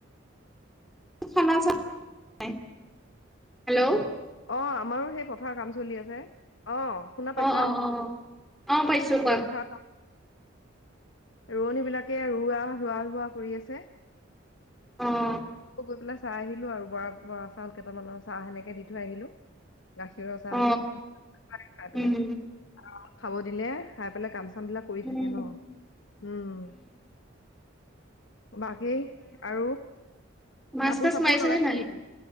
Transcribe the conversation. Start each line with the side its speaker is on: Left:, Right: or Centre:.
Centre: <unintelligible>
Left: অ',
Centre: হেল্ল'
Left: আমাৰো সেই পথাৰৰ কাম চলি আছে, অ'। শুনা পাইছা?
Centre: অ', অ', অ', অ', পাইছো ক
Left: পথাৰৰ অ', ৰোৱনী বিলাকে ৰোৱা, ৰোৱা ৰোৱা কৰি আছে।
Centre: অ
Left: অহ। গৈ পেলাই চাই আহিলো আৰু, বৰা চাউল কেইটামানৰ চাহ সেনেকে দি থৈ আহিলো। গাখীৰ চাহদি,
Centre: অ
Left: <unintelligible> খাই পেলাই
Centre: উম
Left: অলপ, খাব দিলে খাই পেলাই কাম কামবিলাক কৰি
Centre: উম
Left: থাকে ন', উম, বাকি? আৰু
Centre: মাছ
Left: কাপোৰ
Centre: তাছ
Left: চাপোৰ
Centre: মাৰিছে
Left: লগাইছা
Centre: নে নাই?
Left: নেকি?